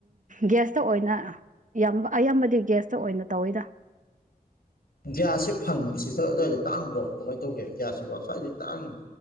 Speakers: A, on the right (about 55°); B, on the left (about 70°).
A: ꯒ꯭ꯌꯥꯁꯇ ꯑꯣꯏꯅ ꯏꯌꯥꯝꯕ ꯑꯌꯥꯝꯕꯗꯤ ꯒ꯭ꯌꯥꯁꯇ ꯑꯣꯏꯅ ꯇꯧꯋꯤꯗ
B: ꯒ꯭ꯌꯥꯁꯁꯤꯦ ꯐꯪꯉꯤ ꯁꯤꯗ ꯑꯗꯨ꯭ꯏꯗ ꯇꯥꯡꯕ꯭ꯔꯣ ꯀꯃꯥꯏꯅ ꯇꯧꯒꯦ ꯒ꯭ꯌꯥꯁꯁꯤꯕꯣ ꯁ꯭ꯋꯥꯏꯗ ꯇꯥꯡꯏꯤ